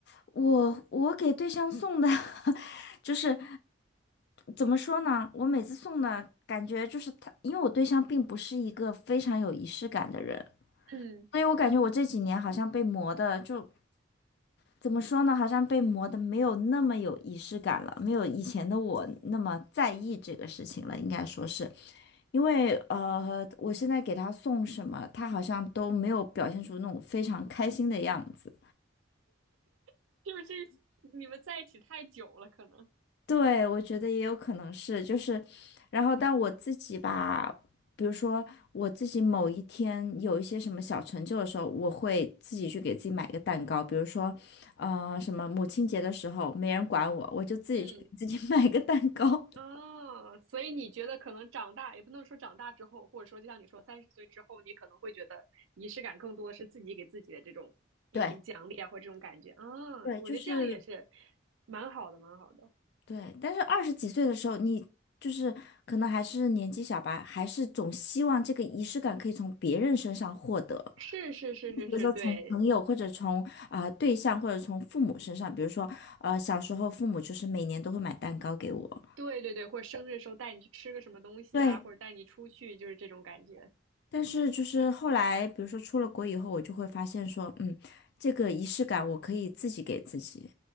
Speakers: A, on the left; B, on the right.
A: 我我给对象送的，<laughs> 就是怎么说呢？我每次送的感觉就是他，因为我对象并不是一个非常有仪式感的人，
B: 嗯，
A: 所以我感觉我这几年好像被磨的就。怎么说呢？好像被磨的没有那么有仪式感了，没有以前的我那么在意这个事情了，应该说是。因为呃，我现在给他送什么，他好像都没有表现出那种非常开心的样子。
B: <laughs> 就是这你们在一起太久了，可能。
A: 对，我觉得也有可能是，就是，然后但我自己吧，比如说我自己某一天有一些什么小成就的时候，我会自己去给自己买一个蛋糕，比如说，呃，什么母亲节的时候没人管我，我就自己去给自己
B: 嗯，
A: <laughs> 买个蛋糕。
B: 哦，所以你觉得可能长大，也不能说长大之后，或者说就像你说三十岁之后，你可能会觉得仪式感更多是自己给自己的这种一种奖励啊，
A: <laughs> 对，
B: 或者这种感觉啊，
A: 对，
B: 我觉得这样也是
A: 就是。
B: 蛮好的，蛮好的。
A: 对，但是二十几岁的时候，你就是可能还是年纪小吧，还是总希望这个仪式感可以从别人身上获得，
B: 是是是是是，
A: 比如说从朋友或者从啊、
B: 对
A: 呃对象或者从父母身上，比如说呃小时候父母就是每年都会买蛋糕给我，
B: 对对对，或者生日的时候带你去吃个什么东西啊，
A: 对，
B: 或者带你出去，就是这种感觉。
A: 但是就是后来比如说出了国以后，我就会发现说，嗯，这个仪式感我可以自己给自己，